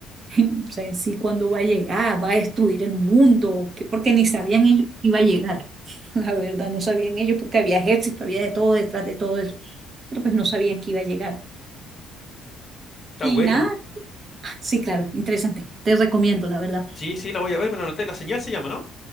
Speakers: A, on the right (about 35°); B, on the left (about 30°).
A: <laughs> o sea, en sí cuándo va a llegar? ¿Va a destruir el mundo? ¿Qué? Porque ni sabían ellos que iba a llegar. <laughs> La verdad, no sabían ellos porque había ejército, había de todo detrás de todo eso. Pero pues no sabían que iba a llegar.
B: Está
A: Y
B: buena.
A: nada, <laughs> sí, claro, interesante. Te recomiendo, la verdad.
B: Sí, sí, la voy a ver, me la anoté. La señal se llama, ¿no?